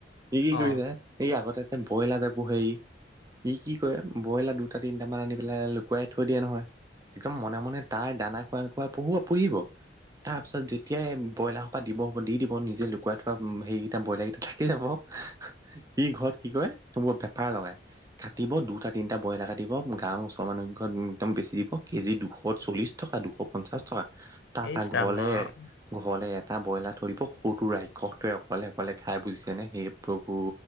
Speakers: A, on the right; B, on the left.
A: ই কি কৰিছে,
B: অ
A: ই আগতে যে বইলাৰ‌ যে পোহে‌ ই ই কি কৰে। ব্ৰইলাৰ দুটা- তিনিটামান আনি পেলাই লুকুৱাই থৈ দিয়ে নহয়। একদম মনে মনে তাৰ দানা খোৱা খোৱা পুহাই- পুহিব। তাৰপিছত যেতিয়াই ব্ৰলাৰৰ সোপা দিব হ'ব দি দিব, নিজে লুকুৱাই থোৱা সেইকেইটা ব্ৰইলাৰকেইটা। খেলে ক'ক ই ঘৰত কি কয় ত্ই বেপাৰ লগাই <unintelligible> কাটিব দুটা- তিনিটা ব্ৰইলাৰ কাটিব গাঁৱৰ ওচৰ মানুহ কিঘৰত‌‌ একদম বেছি দিব কেজি দুশ চল্লিছ। টকা দুশ পঞ্চাশ টকা তাৰপা
B: ইচ ৰাম
A: ঘৰলে।
B: ৰাম
A: ঘৰলে এটা ব্ৰইলাৰ থৈ দিব, সৰু তোয়ে ৰাক্ষসটোৱে অকলে- অকলে খাই বুজিছে নে হে প্ৰভু।